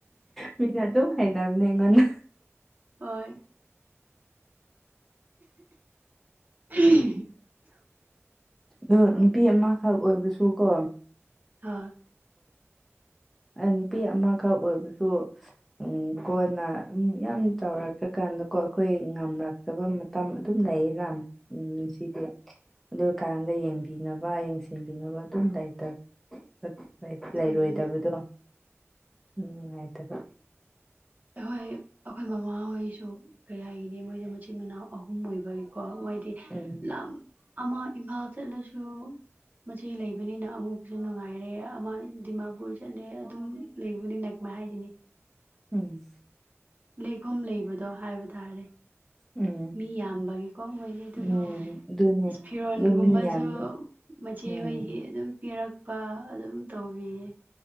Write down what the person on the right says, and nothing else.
ꯍꯣꯏ ꯎꯝ
ꯍꯥ
ꯑꯣꯏꯕꯅꯦ
ꯍꯣꯢ ꯑꯩꯈꯣꯢ ꯃꯃꯥꯍꯣꯢꯁꯨ ꯀꯌꯥꯢꯒꯤꯅꯤ ꯃꯣꯢꯗ ꯃꯆꯤꯟ ꯃꯅꯥꯎ ꯑꯍꯨꯝ ꯑꯣꯢꯕꯒꯤꯀꯣ ꯃꯣꯢꯗꯤ
ꯂꯝ ꯑꯃ ꯏꯝꯐꯥꯜ ꯆꯠꯂꯁꯨ ꯃꯆꯦ ꯂꯩꯕꯅꯤꯅ ꯑꯃꯨꯛꯁꯨ ꯅꯨꯡꯉꯥꯢꯔꯦ ꯑꯃ ꯗꯤꯃꯥꯄꯨꯔ ꯆꯠꯂꯦ ꯑꯗꯨꯝ ꯂꯩꯕꯅꯤ ꯅꯛꯃ ꯍꯥꯢꯒꯤꯅꯤ
ꯂꯩꯈꯣꯝ ꯂꯩꯕꯗꯣ ꯍꯥꯢꯕ ꯇꯥꯔꯦ
ꯃꯤ ꯌꯥꯝꯕꯒꯤꯀꯣ ꯃꯣꯢꯒꯤ ꯑꯗꯨꯒꯤ
ꯏꯁ ꯐꯤꯔꯣꯟꯒꯨꯝꯕꯁꯨ
ꯃꯆꯦꯍꯣꯢꯒꯤ
ꯑꯗꯨꯝ ꯄꯤꯔꯛ ꯄꯥ ꯑꯗꯨꯝ ꯇꯧꯕꯤꯌꯦ